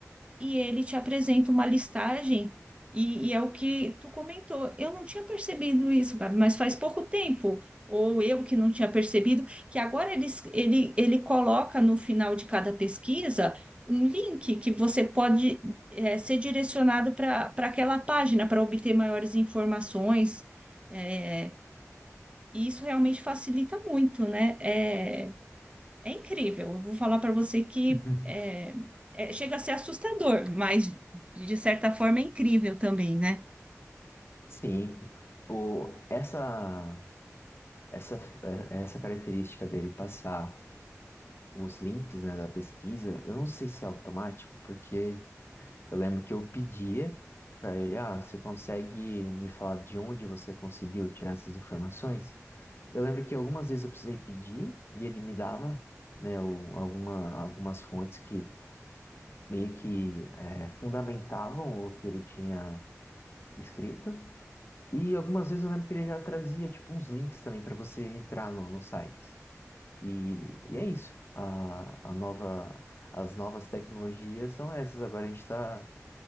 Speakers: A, on the right (about 20°); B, on the left (about 45°).
A: e ele te apresenta uma listagem, e, e é o que tu comentou. Eu não tinha percebido isso, Gabi, mas faz pouco tempo, ou eu que não tinha percebido, que agora ele, ele, ele coloca no final de cada pesquisa um link que você pode eh, ser direcionado para para aquela página para obter maiores informações. eh, e isso realmente facilita muito, né? É, é incrível. Eu vou falar para você que
B: <laughs>
A: é, é- chega a ser assustador, mas de certa forma é incrível também, né?
B: Sim, o, essa. Essa, é, é essa característica dele passar os links, né, da pesquisa, eu não sei se é automático, porque eu lembro que eu pedia para ele, ah, você consegue me falar de onde você conseguiu tirar essas informações? Eu lembro que algumas vezes eu precisei pedir e ele me dava, né, o- alguma, algumas fontes que meio que é, fundamentavam o que ele tinha escrito. E algumas vezes eu lembro que ele já trazia, tipo, uns links também para você entrar no, no site. E, e é isso. A, a nova, as novas tecnologias são essas. Agora a gente tá.